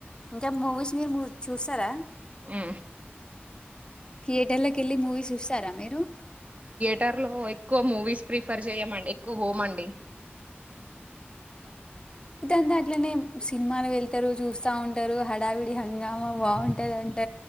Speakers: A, on the left; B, on the right.
A: ఇంకా మూవీస్ నీ ముర్చు చూస్తారా
B: ఆ
A: థియేటర్ లోకి వెళ్ళి మూవీ చూస్తార మీరు
B: ట లో ఎక్కువ మూవీస్ ప్రిఫర్ చేయమండి ఎక్కువ పోమండి
A: ంతా అట్లనే సినిమాలు వెళ్తారు చూస్తా ఉంటారు హడావిడి హంగామా బాగుంటదింట